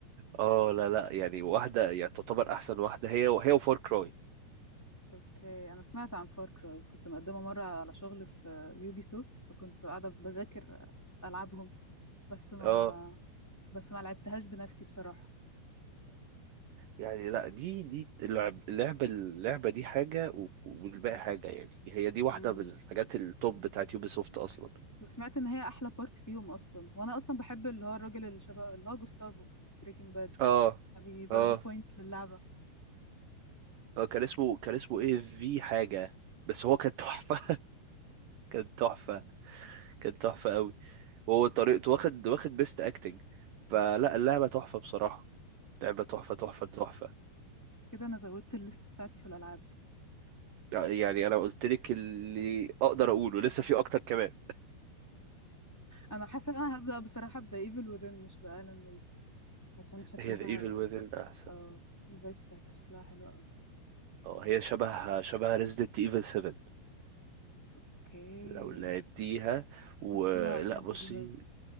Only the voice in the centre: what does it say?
اوكي انا سمعت عن فار كراي كنت مقدمه مره على شغل في يوبي سوفت فكنت قاعده بذاكر العابهم بس ما
بس ما لعبتهاش بنفسي بصراحه
امم
وسمعت ان هي احلى بارت فيهم اصلا وانا اصلا بحب اللي هو الراجل اللي شبه اللي هو جوستافو بريكنج باد
دي برضه
بوينت للعبه
آه،
كده انا زودت الليست بتاعتي في الالعاب
انا حاسه ان انا هبدا بصراحه ابدا ايفل وذن مش بالان ويك عشان شكلها
اه الفايبس بتاعتها شكلها حلو قوي
اوكي
شفت لها اي جاس
فيديوهات